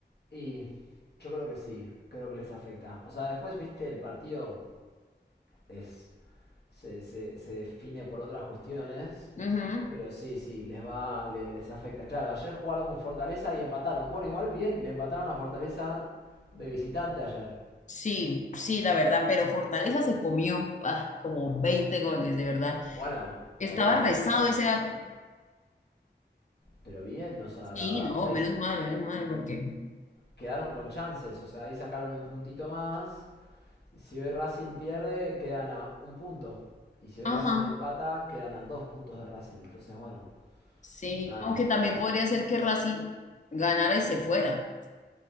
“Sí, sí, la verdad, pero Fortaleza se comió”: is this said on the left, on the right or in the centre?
Left